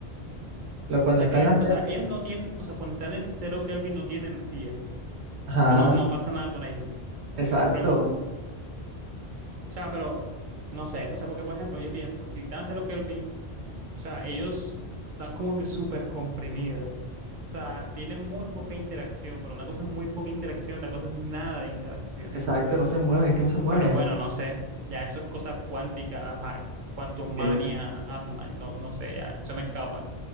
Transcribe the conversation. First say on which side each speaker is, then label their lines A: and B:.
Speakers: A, on the right; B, on the right.
A: Lo, cuando
B: O sea,
A: están
B: que,
A: a
B: o sea, ellos no tienen, o sea, cuando están en cero Kelvin no tienen energía, o
A: Ajá,
B: sea, no, no pasa nada con ellos.
A: exacto,
B: Pero, po- o sea, pero, no sé, o sea, porque por ejemplo, yo pienso, si están a cero Kelvin, o sea, ellos están como que súper comprimidos, o sea, tienen muy poca interacción, pero una cosa es muy poca interacción, otra cosa es nada de interacción.
A: exacto, no se mueven, es que no se mueven.
B: Pero bueno, no sé. Ya eso es cosas cuánticas, ajá, quantum mania,
A: Sí,
B: Ant-Man, no, no sé, ya, eso me escapa.